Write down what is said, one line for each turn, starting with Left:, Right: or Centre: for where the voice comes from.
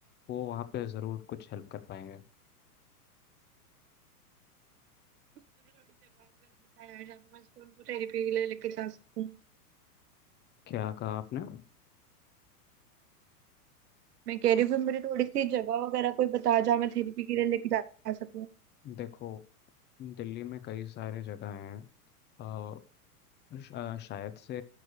Left: वो वहाँ पे ज़रूर कुछ हेल्प कर पाएंगे
Right: मुझे थोड़ी जगह वगैरह बताया यार जहाँ पे मैं इसको उनको थेरेपी के लिए लेके जा सकूँ
Left: क्या कहा आपने
Right: मैं कह रही हूँ कि मुझे थोड़ी सी जगह वगैरह कोई बता जहाँ मैं थेरेपी के लिए लेके जा, जा सकूँ
Left: देखो दिल्ली में कई सारे जगह हैं अ, श- अ, शायद से